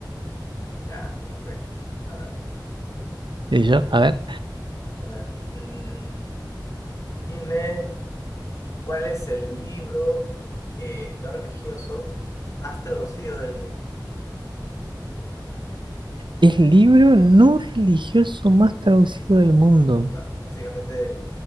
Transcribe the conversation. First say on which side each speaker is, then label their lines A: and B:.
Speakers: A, on the left; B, on the right.
A: Ya, perfecto. A ver,
B: Y yo, a ver.
A: a ver. mm, dime, ¿cuál es el libro eh, no religioso más traducido del mundo?
B: El libro no religioso más traducido del mundo.
A: O sea, básicamente,